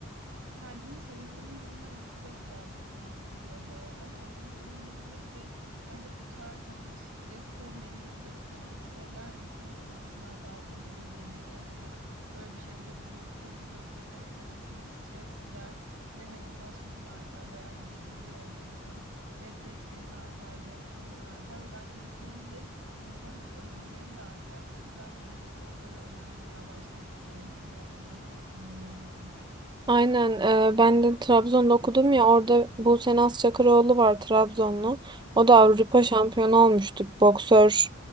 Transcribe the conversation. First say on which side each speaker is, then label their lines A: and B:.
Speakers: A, on the right (about 85°); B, on the right (about 20°).
A: Kendini savunmanın yanına ve şu da güzel duyu- duruyor bu arada. Kendini savunmanın yanında bir de bence bu tarz hani şiddete meyil gösteren sporlar insanın stresini azaltabilir diye düşünüyorum. Hani böyle bir şeylere vur, kır, dök yaparken sinir stres gider ve hani kas gücün artar, bayağı güçlü biri olursun. Reflekslerin artar, dayanıklılığın artar ve bence güçlenince insanın özgüveni de artar. Bu yüzden dövüş sporları önemli ya başlamak gerekiyor diye düşünüyorum.
B: Aynen e, ben de Trabzon'da okudum ya orada Buse Naz Çakıroğlu var Trabzonlu. O da Avrupa şampiyonu olmuştu boksör